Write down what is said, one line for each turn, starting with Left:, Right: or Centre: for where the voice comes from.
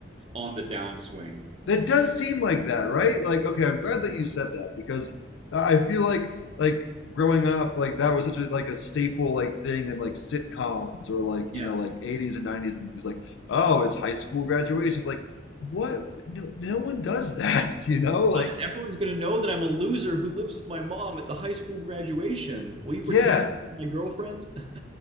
Right: on the downswing.
Left: That does seem like that, right? Like, okay, I'm glad that you said that because uh, I feel like like growing up, like that was such a like a staple like thing in like sitcoms or like
Right: Yeah.
Left: you know like 80s and 90s movies. Like, oh, it's high school graduation. It's like, what? No, no one does that, <laughs> you know? Like,
Right: And everyone's gonna know that I'm a loser who lives with my mom at the high school graduation. Will you
Left: yeah,
Right: pretend to be my girlfriend? <laughs>